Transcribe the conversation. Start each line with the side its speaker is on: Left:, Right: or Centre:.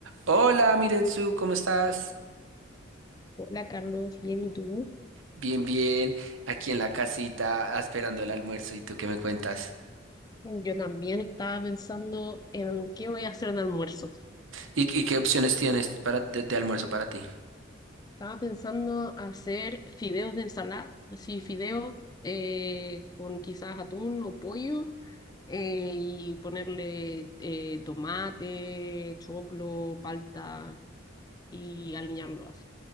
Right: Hola, Mirenzu, ¿cómo estás?
Left: Hola Carlos, bien, ¿y tú?
Right: Bien, bien, aquí en la casita ah, esperando el almuerzo. ¿Y tú qué me cuentas?
Left: Yo también estaba pensando en qué voy a hacer de almuerzo.
Right: ¿Y, y qué opciones tienes para, de, de almuerzo para ti?
Left: Estaba pensando hacer fideos de ensalada, así fideos eh, con quizás atún o pollo eh, y ponerle eh, tomate, choclo, palta y aliñarlo así.